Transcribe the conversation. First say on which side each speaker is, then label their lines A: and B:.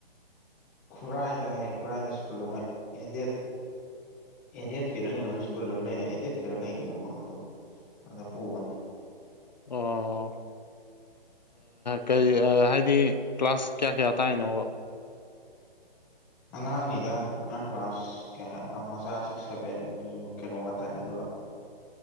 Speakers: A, in the centre; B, on the left.
A: ꯈꯨꯔꯥꯏꯗ ꯍꯥꯏꯌꯦ ꯈꯨꯔꯥꯏꯗ ꯁ꯭ꯀꯨꯜ ꯑꯃ ꯑꯦꯗꯦꯠ ꯑꯦꯗꯤꯠ ꯀꯦꯔ ꯀꯩꯅꯣꯃ ꯁ꯭ꯀꯨꯜ ꯑꯃ ꯂꯩ ꯑꯦꯗꯤꯠ ꯀꯔꯒ ꯀꯩꯒꯤꯩꯅꯣꯃꯗꯣ ꯑꯗ ꯄꯒꯅꯤ
B: ꯑꯣ ꯀꯔꯤ ꯍꯥꯏꯗꯤ ꯀ꯭ꯂꯥꯁ ꯀꯌꯥ ꯀꯌꯥ ꯇꯥꯏꯅꯣꯕ
A: ꯑꯉꯥꯡꯅꯤꯗ ꯑꯉꯥꯡ ꯀ꯭ꯂꯥꯁ ꯀ ꯃꯆꯥ ꯁꯤꯛꯁ ꯁꯚꯦꯟ ꯀꯩꯅꯣ ꯉꯥꯛꯇꯅꯦ ꯑꯗꯨꯒ